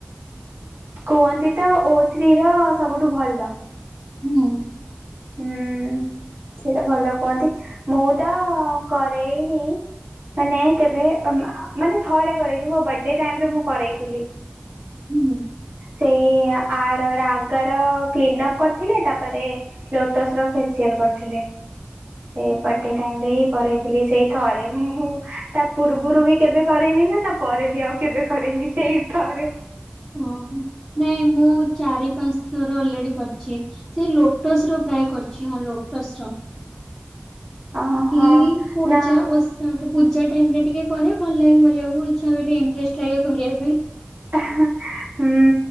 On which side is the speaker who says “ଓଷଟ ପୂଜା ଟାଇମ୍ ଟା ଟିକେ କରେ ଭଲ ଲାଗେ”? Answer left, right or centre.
Centre